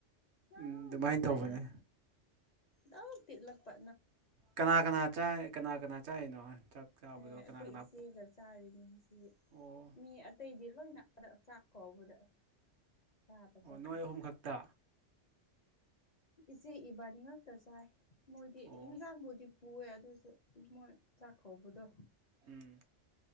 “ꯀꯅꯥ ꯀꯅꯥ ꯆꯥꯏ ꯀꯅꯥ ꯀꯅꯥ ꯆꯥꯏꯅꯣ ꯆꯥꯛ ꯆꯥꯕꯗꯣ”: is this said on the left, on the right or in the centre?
Right